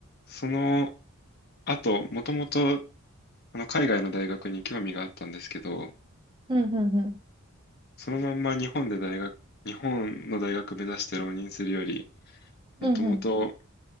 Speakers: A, on the left; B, on the right.
A: その後、もともとあの海外の大学に興味があったんですけど、
B: うんうんうん。
A: そのまんま日本で大学、日本の大学目指して浪人するより、
B: うんうん。
A: もともと